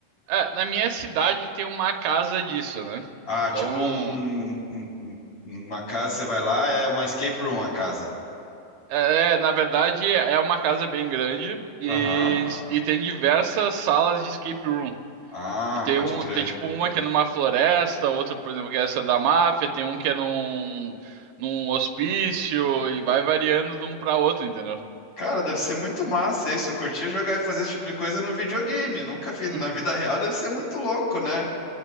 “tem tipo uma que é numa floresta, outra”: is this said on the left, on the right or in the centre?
Right